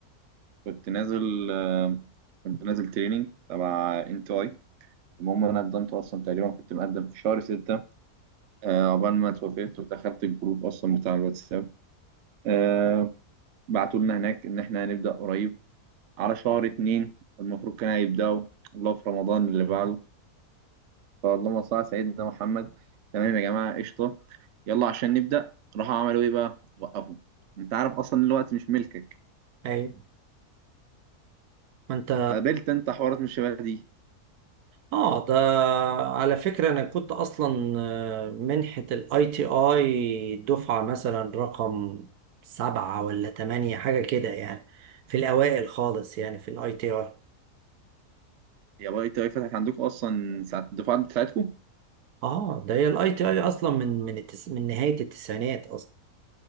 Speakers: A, on the right; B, on the right.
A: كنت نازل آه، كنت نازل تريننج تبع انت اي المهم انا قدمت اصلا تقريبا كنت مقدم في شهر ستة آه، عقبال ما اتوافقت ودخلت الجروب اصلا بتاع الواتساب آه، بعتوا لنا هناك ان احنا هنبدا قريب على شهر اتنين المفروض كان هيبداوا الله في رمضان اللي بعده فاللهم صل على سيدنا محمد تمام يا جماعه قشطه يلا عشان نبدا راحوا عملوا ايه بقى وقفوا انت عارف اصلا الوقت مش ملكك
B: ايوه ما انت
A: قابلت انت حوارات من الشباب دي
B: اه ده على فكرة انا كنت اصلا آه، منحة الاي تي اي دفعة مثلا رقم سبعة ولا تمانية حاجة كده يعني في الاوائل خالص يعني في الاي تي اي
A: يا باي تي اي فتحت عندكم اصلا ساعة الدفعة بتاعتكم
B: اه ده هي الاي تي اي اصلا من من التس... من نهاية التسعينات اصلا